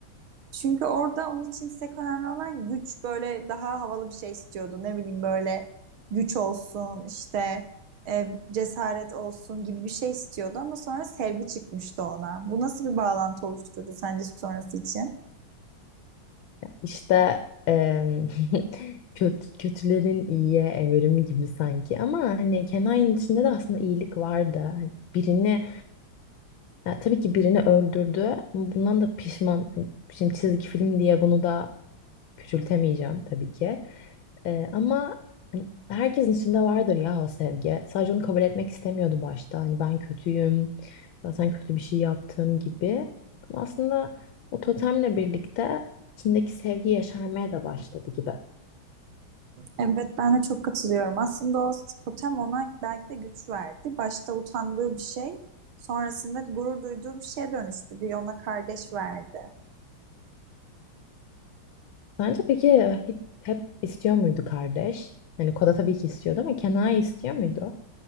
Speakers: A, on the right (about 85°); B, on the left (about 70°).
A: Çünkü orada onun için tek önemli olan güç böyle daha havalı bir şey istiyordu. Ne bileyim böyle güç olsun işte e, cesaret olsun gibi bir şey istiyordu ama sonra sevgi çıkmıştı ona. Bu nasıl bir bağlantı oluşturdu sence sonrası için?
B: İşte em, <laughs> kötü, kötülerin iyiye evrimi gibi sanki. Ama hani Kenai'nin içinde de aslında iyilik vardı. Hani Birini, ya tabii ki birini öldürdü. Ama bundan da pişman. Hani şimdi çizgi film diye bunu da küçültemeyeceğim tabii ki. Ee, ama hani herkesin içinde vardır ya o sevgi. Sadece onu kabul etmek istemiyordu başta. Hani ben kötüyüm, zaten kötü bir şey yaptım gibi. Ama aslında o totemle birlikte içindeki sevgi yaşarmaya da başladı gibi.
A: Evet ben de çok katılıyorum. Aslında o totem ona belki de güç verdi. Başta utandığı bir şey sonrasında gurur duyduğu bir şeye dönüştü. Bir ona kardeş verdi.
B: Sence peki hiç- hep istiyor muydu kardeş? Hani Koda tabii ki istiyordu ama Kenai istiyor muydu?